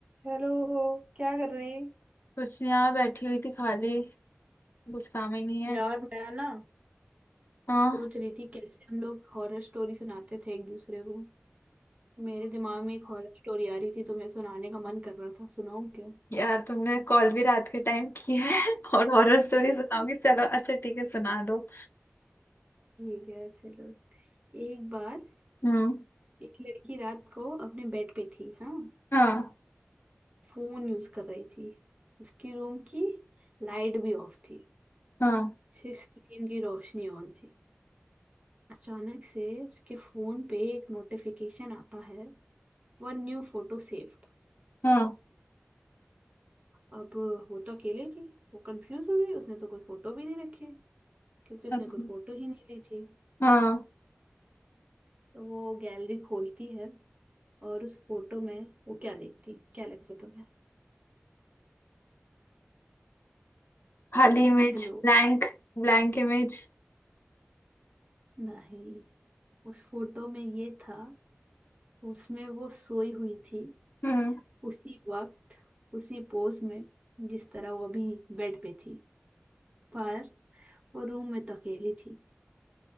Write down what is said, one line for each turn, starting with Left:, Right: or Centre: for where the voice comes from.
Right: Hello क्या कर रही
Left: कुछ नहीं यार बैठी हुई थी खाली कुछ काम ही नहीं है
Right: यार मैं ना
Left: हाँ
Right: सोच रही थी कैसे हम लोग हॉरर स्टोरी सुनाते थे एक दूसरे को मेरे दिमाग में एक हॉरर स्टोरी आ रही थी तो मैं सुनाने का मन कर रहा था सुनाऊं क्या
Left: यार तुमने कॉल भी रात के टाइम की है <laughs> और हॉरर स्टोरी सुनाओगी चलो अच्छा ठीक है सुना दो
Right: ठीक है चलो एक बार
Left: हम्म
Right: एक लड़की रात को अपने बेड पे थी हाँ
Left: हाँ
Right: फोन यूज कर रही थी उसकी रूम की लाइट भी ऑफ थी
Left: हाँ
Right: सिर्फ स्क्रीन की रोशनी ऑन थी अचानक से उसके फोन पे एक नोटिफिकेशन आता है वन न्यू फोटो सेव्ड
Left: हाँ
Right: अब वो तो अकेले थी वो कंफ्यूज हो गई उसने तो कोई फोटो भी नहीं रखी क्योंकि उसने
Left: अच्छा
Right: कोई फोटो ही नहीं ली थी
Left: हाँ
Right: तो वो गैलरी खोलती है और उस फोटो में वो क्या देखती क्या लगता तुम्हें
Left: खाली इमेज
Right: हेलो
Left: ब्लैंक Blank image
Right: नहीं उस फोटो में ये था उसमें वो सोई हुई थी
Left: हम्म
Right: उसी वक्त उसी पोज में जिस तरह वो अभी बेड पे थी पर वो रूम में तो अकेली थी